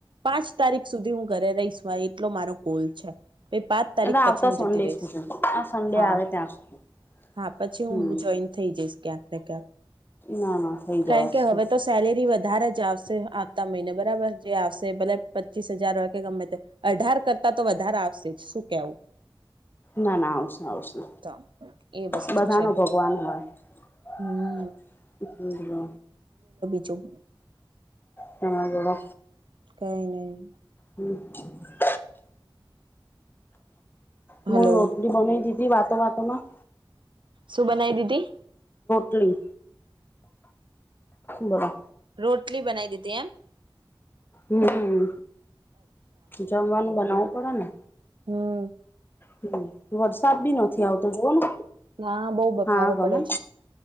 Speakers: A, on the right; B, on the left.
A: પાંચ તારીખ સુધી હું ઘરે રહીશ મારે એટલો મારો કોલ છે, પહી પાંચ તારીખ
B: એટલે આવતા
A: પછી હું
B: સન્ડે
A: જતી રહીશ,
B: સુધી આ સન્ડે
A: હા.
B: આવે ત્યાં સુધી
A: હા પછી
B: હમ
A: હું જોઈન થઈ જઈશ ક્યાંક ને ક્યાંક.
B: ના ના થઈ જવાશે
A: કારણ કે હવે તો સેલેરી વધારે જ આવશે. આવતા મહિને બ બરાબર જે આવશે ભલે પચીસ હજાર હોય કે ગમે તે અઢાર કરતા તો વધારે આવશે જ. શું કેવું? <inaudible>
B: ના ના આવશે આવશે.
A: તો એ વસ્તુ
B: બધાનો
A: છે
B: ભગવાન હોય.
A: હમ
B: <inaudible> એટલે જ ને
A: ચું
B: હહ બોલો
A: કઈ નહીં
B: હમ હું
A: હલો
B: રોટલી બનાઈ દીધી વાતો વાતોમાં.
A: શું બનાઈ દીધી?
B: ટલી બરા
A: રોટલી બનાઈ દીધી એમ?
B: હમ, જમવાનું બનાવું પડે ને.
A: હમ્મ.
B: હમ્મ, વરસાદ બી નથી આવતો જુવો ને
A: હા બહુ બફારો
B: હા ગમે.
A: પડે છે